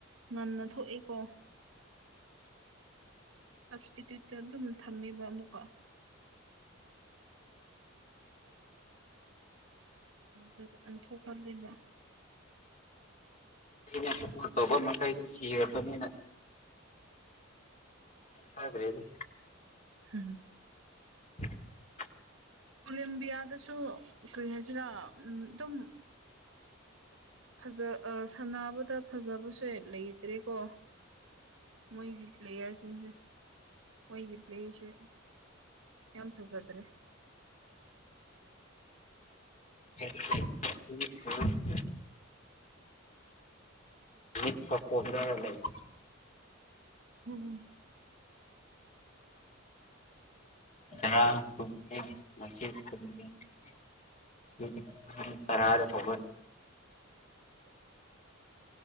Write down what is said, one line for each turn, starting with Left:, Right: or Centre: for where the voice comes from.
Right: ꯉꯟꯅ ꯊꯣꯛꯏꯀꯣ ꯁꯞꯁꯇꯤꯇ꯭ꯌꯨꯠꯇ ꯑꯗꯨꯝ ꯊꯝꯃꯤꯕ ꯑꯃꯨꯛꯀ ꯃꯗ ꯑ ꯊꯧꯈ ꯂꯩꯕ
Left: ꯑꯩꯅ ꯁꯞꯄꯣꯔꯠ ꯇꯧꯕ ꯃꯈꯩꯗꯤ ꯁꯤꯔꯕꯅꯤꯅ ꯍꯥꯏꯕ꯭ꯔꯦꯅꯤ
Right: ꯍꯝ
Left: <unintelligible>
Right: ꯀꯣꯂꯦꯝꯕꯤꯌꯥꯗꯁꯨ ꯀꯔꯤ ꯍꯥꯏꯁꯤꯔꯥ ꯑꯗꯨꯝ ꯐꯖ ꯑ ꯁꯥꯟꯅꯕꯗ ꯐꯖꯕꯁꯦ ꯂꯩꯇ꯭ꯔꯦꯀꯣ ꯃꯣꯏꯒꯤ ꯄ꯭ꯂꯦꯌꯔꯁꯤꯡꯁꯦ ꯃꯣꯏꯒꯤ ꯄ꯭ꯂꯦꯁꯦ ꯌꯥꯝ ꯐꯖꯗ꯭ꯔꯦ
Left: ꯎ <unintelligible> ꯎꯝ ꯎꯍꯨ ꯠ ꯐꯄꯗ ꯂꯩ <unintelligible>
Right: ꯎꯝ
Left: ꯔꯁꯤ <unintelligible> ꯇꯔꯥꯗ ꯊꫭꯛꯂꯑꯅꯤ